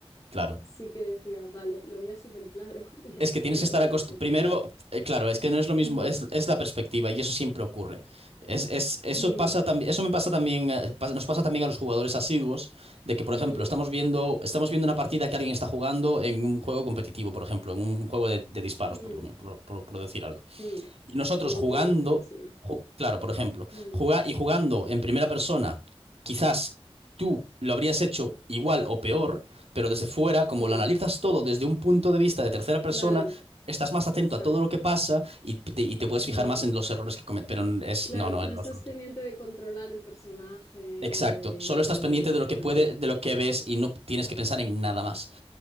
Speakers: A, on the right (about 70°); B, on the left (about 30°).
A: claro.
B: sí que decía, vale, lo veía súper claro, <laughs> era
A: Es
B: súper
A: que tienes que estar
B: raro
A: acostumbrado.
B: el efecto.
A: Primero, eh, claro, es que no es lo mismo,
B: Mm,
A: es, es la perspectiva y eso siempre ocurre. Es, es- eso
B: mm,
A: pasa también, eso me pasa también, eh, pas- nos pasa también a los jugadores asiduos, de que, por
B: mm,
A: ejemplo, estamos viendo, estamos viendo una partida que alguien está jugando en un juego competitivo, por ejemplo, en un juego de, de disparos,
B: mm,
A: por lo menos, por por- por decir algo.
B: mm.
A: Y nosotros
B: Tipo
A: jugando,
B: Call of Duty.
A: ju- claro, por ejemplo,
B: Mm,
A: jugar y jugando en primera persona, quizás tú lo habrías hecho igual o peor, pero desde fuera, como
B: mm.
A: lo analizas todo desde un punto de vista de tercera persona,
B: Claro,
A: estás más atento
B: exacto.
A: a todo lo que pasa y te, y te puedes fijar
B: Mm.
A: más en los errores que cometes, pero es,
B: Claro,
A: no, no,
B: no
A: en lo
B: estás
A: absoluto.
B: pendiente de controlar el personaje
A: Exacto,
B: ni de
A: solo
B: maniobrar
A: estás pendiente
B: de esa
A: de lo que
B: manera.
A: puede, de lo que ves y no tienes que pensar en nada más.